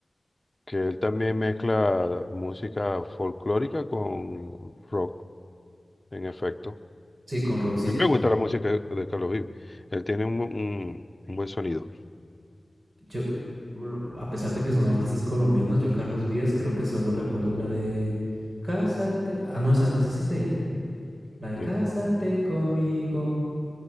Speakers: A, on the left; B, on the right.
A: que él también mezcla música folclórica con rock, en efecto.
B: sí, con Roxito.
A: A mí me gusta la música de de Carlos Vives. Él tiene un, bu- un- un buen sonido.
B: Yo, a pesar de que son artistas colombianos, yo Carlos Vives creo que solo recuerdo la de Cásate. Ah, no, esa, esa sí es de él. La de
A: Sí.
B: Cásate conmigo.